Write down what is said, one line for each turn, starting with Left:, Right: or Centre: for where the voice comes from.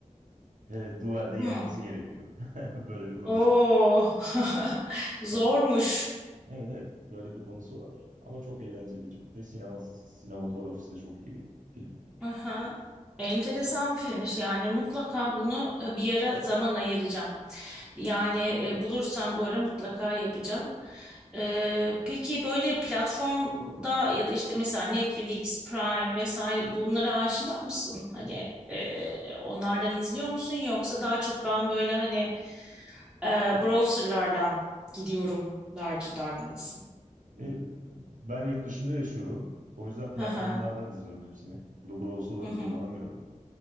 Right: e, duelde
Centre: Hı.
Right: yenmesi gerekiyor. <laughs> Böyle bir konusu.
Centre: Oo. <laughs>
Right: Evet,
Centre: Zormuş.
Right: evet, evet. Böyle bir konusu var. Ama çok eğlenceli çok. Ve sinema, sinematografisi de çok iyi bir film.
Centre: Aha. Enteresan bir filmmiş yani mutlaka bunu e, bir ara zaman ayıracağım. Yani e, bulursam bu ara mutlaka yapacağım. Ee, peki böyle platformda ya da işte mesela Netflix, Prime vesaire bunlara aşina mısın? Hani e, onlardan izliyor musun yoksa daha çok ben böyle hani e, browserlardan gidiyorum larcılar mısın?
Right: E, ben yurt dışında yaşıyorum. O yüzden platformlardan
Centre: Hı hı.
Right: izliyorum hepsini. Bu browserları
Centre: Hı hı.
Right: kullanamıyorum.